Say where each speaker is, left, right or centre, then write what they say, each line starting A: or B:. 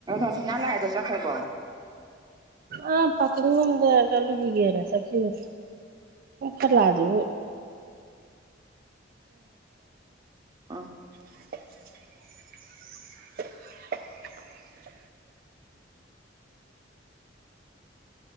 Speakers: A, on the right (about 20°); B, on the right (about 50°).
A: ꯑꯁꯨꯅ ꯂꯥꯛꯑꯗ ꯆꯈ꯭ꯔꯕꯣ
B: ꯑ ꯄꯥꯀꯤꯡꯂꯣꯝꯗ ꯆꯠꯂꯨꯈꯤꯒꯦꯅꯦ ꯆꯠꯈꯤꯕꯅꯤ ꯐꯠꯂꯁꯨ
A: ꯑ <inaudible>
B: <unintelligible> <inaudible> <unintelligible> <inaudible>